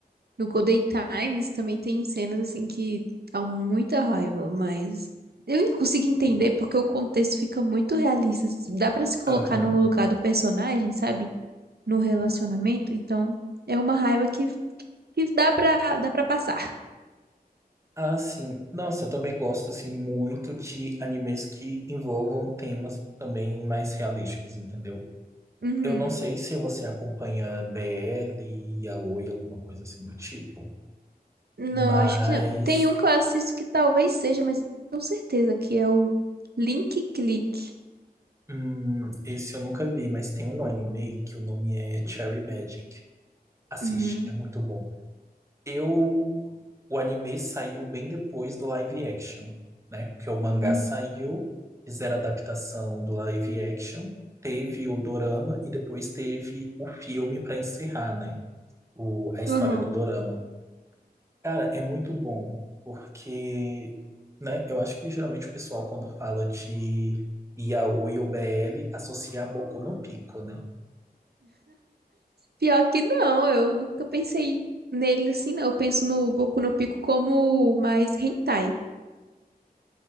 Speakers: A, on the right; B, on the right.
A: no Golden Times também tem cenas assim que dá muita raiva, mas eu nem consigo entender porque o contexto fica muito realista. Dá pra se colocar
B: aham.
A: no lugar do personagem, sabe? No relacionamento, então é uma raiva que, que dá pra, dá pra passar.
B: Ah, sim. Nossa, eu também gosto assim muito de animes que envolvam temas também mais realísticos, entendeu?
A: Uhum.
B: Eu não sei se você acompanha BL, Yaoi, alguma coisa assim do tipo,
A: Não,
B: mas
A: acho que não. Tem um que eu assisto que talvez seja, mas não tenho certeza que é o Link Click.
B: hum, esse eu nunca vi, mas tem um anime que o nome é Cherry Magic. Assiste,
A: Uhum.
B: é muito bom. Eu, o anime saiu bem depois do live action, né? Porque o mangá
A: Uhum.
B: saiu, fizeram a adaptação do live action, teve o dorama e depois teve o filme para encerrar, né? O, a história
A: Uhum.
B: do dorama. Cara, é muito bom, porque, né? Eu acho que geralmente o pessoal, quando fala de yaoi ou BL, associa a Boku no Pico, né?
A: Pior que não, eu nunca pensei nele assim, não. Eu penso no Boku no Pico como mais hentai.